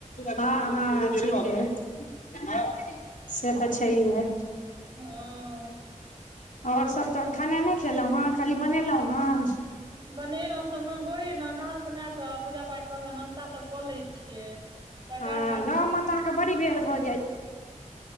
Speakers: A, on the left; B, on the right.
A: हँ हँ ठीक ह से तऽ अच्छा ही है
B: हं
A: ओर सभ तहन खेनाइ नहि खेलहुँ हेँ खाली बनेलहुँ हेँ
B: बनेल हमसभ ने भोरे न नहा सोना कऽ पूजा पाठ कऽ के नास्ता सब कऽ लै छियै तकर
A: हँ
B: बाद
A: गंव मे तऽ अहाँके बड़ी भेड़ भऽ जायत